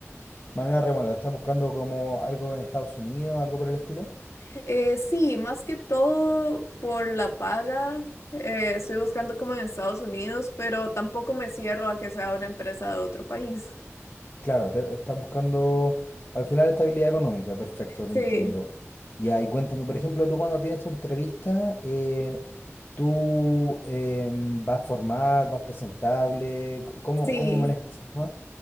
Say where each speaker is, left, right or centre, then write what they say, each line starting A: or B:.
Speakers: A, on the left (about 45°); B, on the left (about 70°).
A: Manera remota, ¿estás buscando como algo en Estados Unidos, algo por el estilo?
B: Eh, sí, más que todo por la paga. eh, estoy buscando como en Estados Unidos, pero tampoco me cierro a que sea una empresa de otro país.
A: Claro, te- estás buscando al final estabilidad económica, perfecto,
B: Sí,
A: te entiendo. Ya, y cuéntame, por ejemplo, tú cuando tienes tu entrevista, eh, ¿tú em, vas formal, vas presentable? Co- ¿Cómo,
B: sí.
A: cómo manejas ese tema?